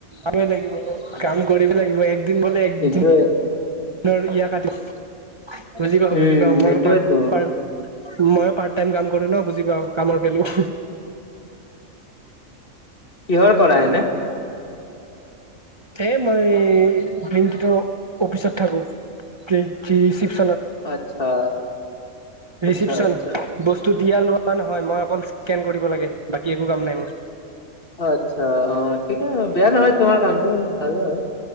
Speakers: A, on the right (about 30°); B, on the left (about 45°).
A: ভাব লাগিব, কাম কৰিবি লাগিব, একদিন বোলে একদিন।
B: এইটোৱে
A: <inaudible> বুজি পাওঁ,
B: উম
A: বুজি পাওঁ, মই
B: এইটোয়েতো
A: পাৰ, পাৰ মই পাৰ্ট, টাইম কাম কৰো ন, বুজি পাওঁ, কামৰ ভেলো।
B: কিহৰ কৰা এনে?
A: হে, মই বিং, গীটৰ অফিচত থাকো, যি ৰিচিপ
B: আচ্ছা। আচ্ছা
A: চিপশচন।
B: আচ্ছা
A: বস্তু দিয়া, লোৱা নহয়, মই অকল সকেন কৰিব লাগে, বাকী একো কাম নাই, মোৰ।
B: আচ্ছা অ, ঠিকে বেয়া নহয়, তোমাৰ কামটো ভাল হয়।